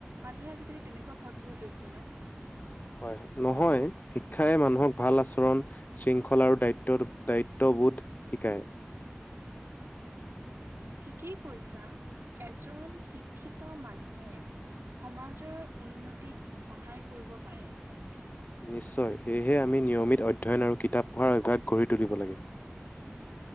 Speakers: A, on the right; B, on the left.
A: মানুহে আজিকালি তেনেকুৱা ভাবিব লৈছে ন'?
B: হয়, নহয় শিক্ষাই মানুহক ভাল আচৰণ- শৃংখলা আৰু দায়িত্ব দায়িত্ববোধ শিকায়।
A: ঠিকেই কৈছা এজন শিক্ষিত মানুহে- সমাজৰ উন্নতিত সহায় কৰিব পাৰে।
B: নিশ্চয়, সেয়েহে আমি নিয়মিত অধ্যয়ন আৰু কিতাপ পঢ়াৰ অভ্যাস গঢ়ি তুলিব লাগে।